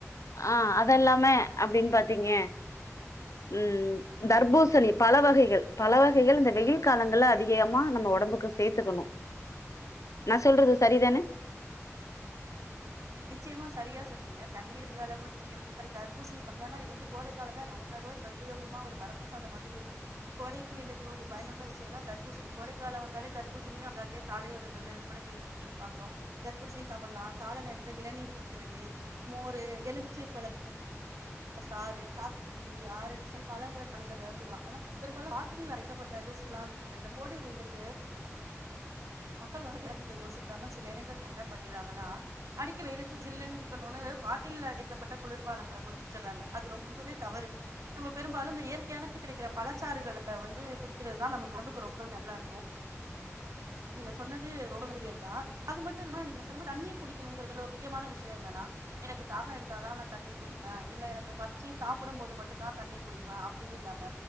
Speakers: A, on the left; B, on the right.
A: ஆ அதெல்லாம அப்படின்னு பாத்தீங்க உம் தர்பூசணி பழ வகைகள் பழ வகைகள் இந்த வெய்யில் காலங்கள்ல அதிகமா நம்ம ஒடம்புக்கு சேத்துக்கணு நா சொல்றது சரிதான
B: நிச்சயமா சரியா சொன்னீங்க தண்ணீர் அதிக அளவு குடிக்கணுங்கிறது தர்பூசணி ஏன்னா இது வந்து கோடைக்காலத்தல நமக்காகவே பிரத்யோகமா ஒரு வரப்பிரசாதம் மாதிரி இருக்கு கோடைவெயிலுக்கு ஒரு பயனுள்ள விஷயம்னா தர்பூசணி கோடை காலோ வந்தாலே தர்பூசணியும் அங்கேங்கே சாலையோரங்கள்ல இரு விற்பனை செய்யப்படுறதையும் பாக்குறோ தர்பூணி சாப்பலா கால நே ரத்தில இள நீர் குடி க்கிறது மோரு எலுமிச்சை பழ சாறு சாத்துக்குடி ஆர ஞ்சு பழங்க <unintelligible> பெரும்பாலும் பாட்டில்ல அடைக்கப்பட்ட ஜூஸ்ல்லா விக்குதுல்ல கோடை வெய்யிலுக்கு மக்கள் யோசிக்காம சில இடங்கள என்ன பண்ணிறாங்கனா அடிக்கிற வெய்யிலுக்கு ஜில்லுனு இருக்கனுனு பாட்டில்ல அடைக்கப்பட்ட குளிர்பானங்கள குடிச் சறாங்க அது ரொம்பவே தவறு நம்ம பெரும்பாலு இந்த இயற்கையான கிடைக்கிற பழச்சாறுகள வந்து குடிக்கிறதுதா நமக்கு ஒடம்புக்கு ரொம்ப நல்லா இருக்கு நீங்க சொன்னது ரொம்ப முக்கியம்தா அது மட்டுமில்லாம நீங்க சொன்னும்போது தண்ணீர் குடிக்கணுங்கறதுல ஒரு முக்கியமான விஷ்யோ என்னன்னா எனக்கு தாக எடுத்ததா நா தண்ணீர் குடிப்ப இல்ல எனக்கு பசிச்சு சாப்பிடும்போது மட்டுந்தா தண்ணீர் குடிப்ப அப்படின்னு இல்லாம